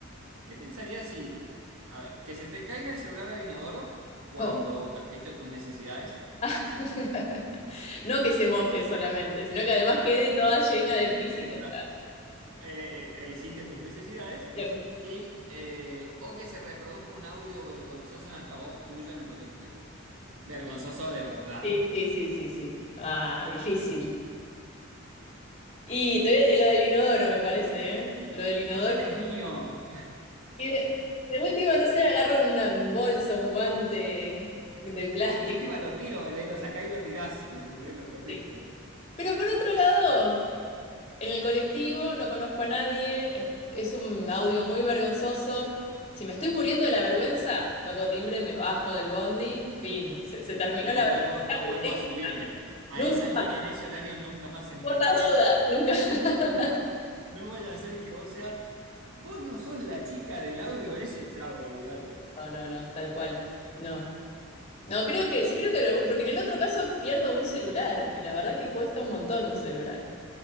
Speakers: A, on the right; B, on the left.
A: ¿Qué pensarías si, a ver, que se te caiga el celular al inodoro cuando
B: Oh.
A: has hecho tus necesidades,
B: <laughs> No que se moje solamente, sino que además quede toda llena de pis
A: Esta-
B: y caca.
A: eh, eh, eh, hiciste tus necesidades,
B: Bien.
A: y, eh, o que se reproduzca un audio vergonzoso en altavoz tuyo en el colectivo? Vergonzoso de verdad.
B: Sí, sí, sí, sí, sí. Ah, difícil. Y te voy a- lo del inodoro, me parece, ¿eh? Lo del inodoro.
A: Total es mío.
B: Y de, de última, no sé, agarro un bolso, un guante de plástico.
A: De última lo tiro, ¿me entendés? Lo sacás y lo tirás, ¿me entendés? Lo perdiste.
B: sí. Pero por otro lado, en el colectivo no conozco a nadie, es, es un audio muy vergonzoso. Si me estoy muriendo de la vergüenza, toco timbre, me bajo del bondi, fin, se, se
A: No
B: terminó la vergüenza.
A: vuelvo, no vuelvo
B: ¿sí?
A: a subirme a
B: Nunca
A: esa línea
B: más,
A: en ese horario nunca más en
B: por
A: mi vida.
B: las dudas, nunca. <laughs>
A: No vaya a ser que vos seas. Vos no sos la chica del audio ese, chavo, olvídate.
B: No, no, no, tal cual. No. No, creo que, sí creo que lo, porque en el otro caso pierdo un celular, y la verdad que cuesta un montón un celular.